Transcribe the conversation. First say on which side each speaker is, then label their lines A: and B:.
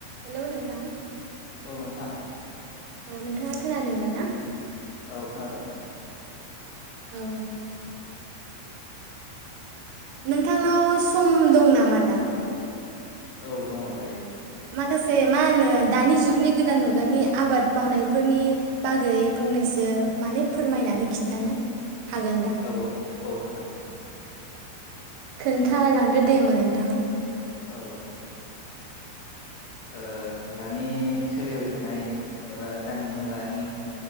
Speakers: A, on the right; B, on the left.
A: हेलौ नोंथां।
B: औ नोंथां
A: औ नोंथाङा खोनादों दा ना?
B: औ खोनादों।
A: औ नोंथांनाव सम दं नामा दा?
B: औ दङ' दायो।
A: माखासे मा होनो दानि जुगनि गोदान मुगानि आबाद मावनायफोरनि बागै फंनैसो माने फोरमायनानै खिन्थानो हागोन दा
B: औ औ औ हागोन।
A: खोनथालांदो दे होमबा नोंथाङा
B: औ औ ओ दानि सोलिबाय थानाय एबा दानि मुगानि